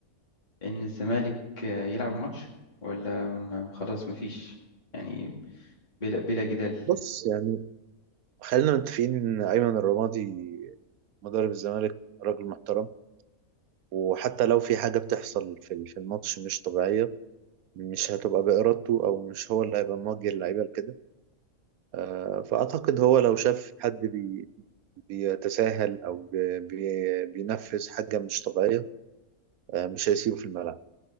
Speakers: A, on the left; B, on the right.
A: ان الزمالك يلعب الماتش ولا م- خلاص مفيش يعني بلا بلا جدال
B: بص يعني خلينا متفقين ان ايمن الرمادي مدرب الزمالك راجل محترم وحتى لو في حاجة بتحصل في ال- في الماتش مش طبيعية مش هتبقى بإرادته أو مش هو اللي هيبقى موجه اللعيبة لكده آه، فأعتقد هو لو شاف حد بي بيتساهل أو بي بي- بينفذ حاجة مش طبيعية آه، مش هيسيبه في الملعب